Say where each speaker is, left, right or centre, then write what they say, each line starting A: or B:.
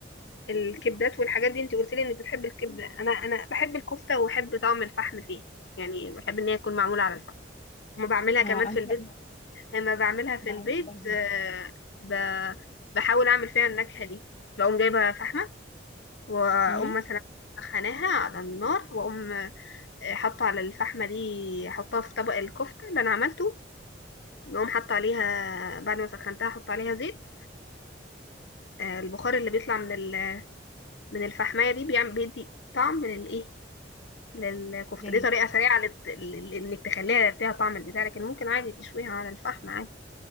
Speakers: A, on the left; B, on the left.
A: الكبدات والحاجات دي انت قلت لي انك بتحبي الكبده انا انا بحب الكفته وبحب طعم الفحم فيها يعني بحب ان هي تكون معموله على الفحم وما بعملها
B: ما
A: كمان في
B: انت
A: البيت
B: ما
A: لما بعملها في
B: انا
A: البيت
B: بحبها جدا
A: آه، ب- بحاول اعمل فيها النكهه دي بقوم جايبه فحمه واقوم
B: امم
A: مثلا سخناها على النار واقوم حط على الفحمة دي حطها في طبق الكفتة اللي أنا عملته نقوم حط عليها بعد ما سخنتها حط عليها زيت فالبخار اللي بيطلع من ال... من الفحماية دي بيعمل بيدي طعم للإيه للكفتة
B: لل
A: دي طريقة سريعة لت... ل- إنك تخليها فيها طعم البتاع لكن ممكن عادي تشويها على الفحم عادي